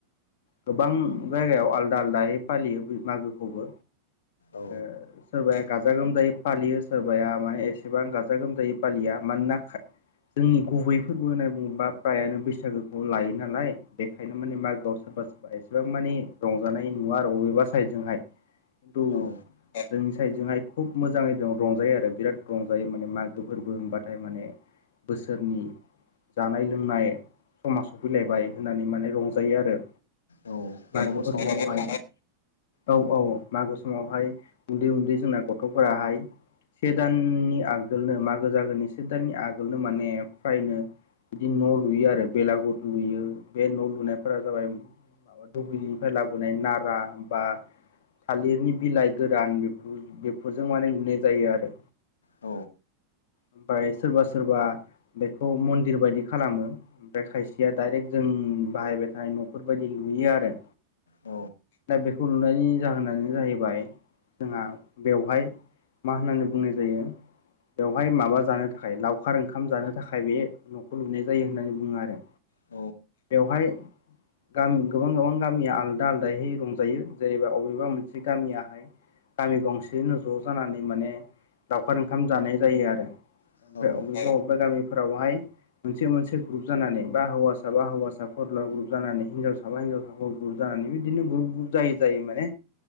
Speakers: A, on the left; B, on the left.
A: गोबां जायगायाव आलदा आलदायै फालियो ओ मागोखौबो
B: औ
A: ओ सोरबाया गाजा गोमजायै फालियो सोरबाया माने एसे एबा आं गाजा गोमजायै फालिया मानोना जोंनि गुबै फोरबो होनना बुङोबा फ्रायानो बैसागोखौ लायो नालाय बेखायनो माने मागोआव सोरबा सोरबा एसेबां माने रंजानाय नुवा आरो बबेबा साइदजोंहाय। खिन्थु
B: औ
A: जोंनि साइडजोंहाय खुब मोजाङै रंजायो आरो बिराद रंजायो माने मागो फोरबो होनबाथाय माने बोसोरनि जानाय लोंनाय समा सफैलायबाय होननानै माने रंजायो आरो।
B: औ बेलागुर
A: ओ मागो फोरबोआवहाय
B: सावनाय बायदिसिना
A: औ औ मागो समावहाय उन्दै उन्दै जोंना गथ'फोराहाय से दान नि आगोलनो मागो जागोननि से दाननि आगोलनो माने फ्रायनो बिदि न' लुयो आरो बेलागुर लुयो बे न' लुनायफोरा जाबाय। माबा दुब्लिनिफ्राय लाबोनाय नारा बा थालिरनि बिलाइ गोरान बेफोर बेफोरजों माने लुनाय जायो आरो
B: औ
A: ओमफ्राय सोरबा सोरबा बेखौ ओ मन्दिर बायदि खालामो ओमफ्राय खायसेया डायरेक्ट जों बाहायबाय थानाय न'फोरबायदि लुयो आरो।
B: औ
A: दा बेखौ लुनायनि जाहोनानो जाहैबाय जोंहा बेवहाय मा होननानै बुंनाय जायो। बेवहाय माबा जानो थाखाय लावखार ओंखाम जानो थाखाय बेयो न'खौ लुनाय जायो होननानै बुङो आरो
B: औ
A: बेवहाय। गामि गोबां गोबां गामिया आलदा आलदायै रंजायो जेनेबा अबेबा मोनसे गामियाहाय गामि गंसेनो ज' जानानै माने ओ लावखार ओंखाम जानाय जायो आरो ओमफ्राय
B: औ
A: अबेबा बबेबा गामिफोरावहाय मोनसे मोनसे ग्रुप जानानै बा हौवासा बा हौवासा फरला ग्रुप जानानै हिनजावसाखौ माबा‌ साबफा हिनजाव साबाखौ ग्रुब जानानै बिदिनो ग्रुुब ग्रुुब जायै जायै माने